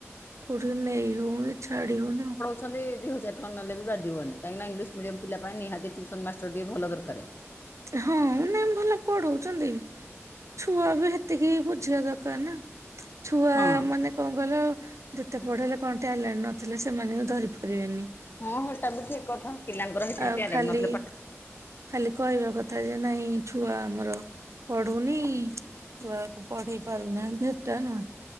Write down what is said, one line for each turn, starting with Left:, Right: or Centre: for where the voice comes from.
Right: କୋଉଠିକି ନେଇ ହଉନି ଛାଡ଼ି ହଉନି।
Left: ଦି ହଜ ଟଙ୍କା ନେଲେ ବି ବାଧିବନି କହିଁକିନା ଇଂଲିଶ ମିଡିୟମ ପିଲା ପାଇଁ ନିହାତି ଟ୍ୟୁସନ ମାଷ୍ଟର ଟିଏ ଭଲ ଦରକାର।
Right: ହଁ ନାଇଁ ଭଲ ପଢଉଛନ୍ତି। ଛୁଆ ବି ହେତିକି ବୁଝିବା ଦରକାର ନା- ଛୁଆ
Left: ହଁ।
Right: ମାନେ କଣ କହିଲ ଯେତେ ପଢେଇଲେ କଣ ଟ୍ୟାଲେଣ୍ଟ ନଥିଲେ ସେମାନେ ବି ଧରି ପାରିବେନି।
Left: ହଁ ସେଇଟା ବି ଠିକ କଥା ପିଲାଙ୍କର ହେତିକି
Right: ଆଉ
Left: ଟ୍ୟାଲେଣ୍ଟ
Right: ଖାଲି
Left: ନଥିଲେ ପାଠ -
Right: ଖାଲି କହିବା କଥା ଯେ ନାଇଁ ଛୁଆ ଆମର ପଢୁନି ଛୁଆକୁ ପଢେଇ ପାରୁନାହାନ୍ତି ଏଟା ନୁହେଁ।